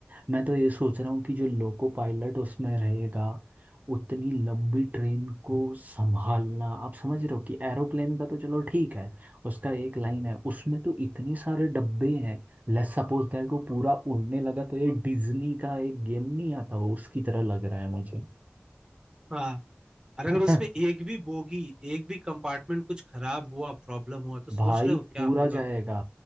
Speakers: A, on the right (about 40°); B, on the right (about 20°).
A: मैं तो ये सोच रहा हूँ कि जो लोको पायलट उसमें रहेगा उतनी लंबी ट्रेन को संभालना आप समझ रहे हो कि एरोप्लेन का तो चलो ठीक है उसका एक लाइन है उसमें तो इतने सारे डब्बे हैं लेट्स सपोज दैट वो पूरा उड़ने लगा तो ये डिज्नी का एक गेम नहीं आता हो उसकी तरह लग रहा है मुझे
B: हाँ और
A: <laughs>
B: अगर उसमें एक भी बोगी एक भी कंपार्टमेंट कुछ खराब हुआ प्रॉब्लम हुआ तो सोच
A: भाई
B: रहे हो क्या
A: पूरा
B: होगा
A: जाएगा